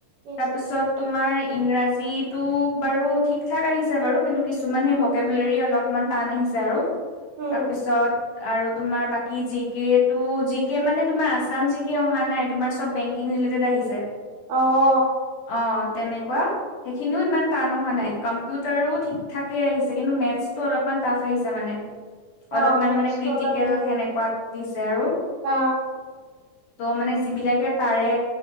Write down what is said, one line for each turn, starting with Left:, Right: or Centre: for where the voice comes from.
Right: ইজি
Left: তাৰপিছত তোমাৰ ইংৰাজ জীটো বাৰু ঠিক থাক আহিছে বাৰু, কিন্তু কিছুমান সেই ভকেবুলেৰী অলপমান টান আহিছে আৰু।
Right: উম
Left: তাৰপিছত আৰু তোমাৰ বাকি জিকেটো জিকে মানে তোমাৰ আছাম জিকে অহা নাই, তোমাৰ চব বেং কিং ৰিলেটেড আহিছে।
Right: অহ
Left: অঁ তেনেকুৱা। সেইখিনিও ইমান টান অহা নাই, কম্পিউটাৰও ঠিক ঠাকে আহিছে কিন্তু মেথছটো অলপমান টাফ আহিছে মানে।
Right: <inaudible>
Left: অলপমান
Right: মেথছটো
Left: মানে ক্ৰিটিকেল
Right: অলপ হৈ থাকে
Left: সেনেকুৱাত দিছে আৰু।
Right: অ
Left: ত মানে যিবিলাকে পাৰে